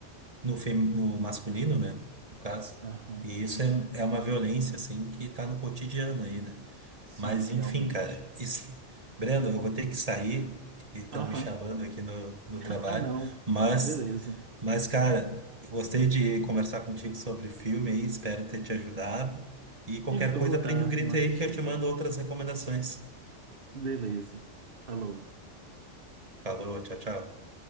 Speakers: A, on the right (about 30°); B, on the right (about 50°).
A: no, femi no masculino, né, no caso.
B: aham,
A: E isso é, é uma violência, assim, que tá no cotidiano aí, né?
B: sim,
A: Mas, enfim,
B: realmente.
A: cara, isso... Brendo, eu vou ter que sair, que estão
B: Aham,
A: me chamando aqui no, no
B: <laughs>
A: trabalho,
B: ah, não,
A: mas
B: beleza.
A: mas, cara, eu gostei de conversar contigo sobre filme aí, espero ter te ajudado. E qualquer
B: Sim, eu
A: coisa,
B: vou dar
A: prende um grito
B: uma assistida.
A: aí que eu te mando outras recomendações.
B: Beleza. Falou.
A: Falou, tchau, tchau.